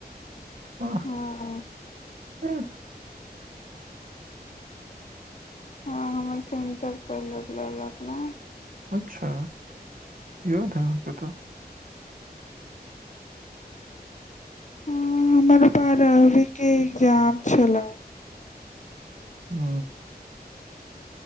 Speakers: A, on the right; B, on the left.
A: आह
B: हँ
A: अह।
B: हाँ हमर सेंटर परलक ललक न।
A: अच्छा याद हाय अहाँके तऽ।
B: हाँ हमर बारहवी के इग्जाम छला।
A: हाँ।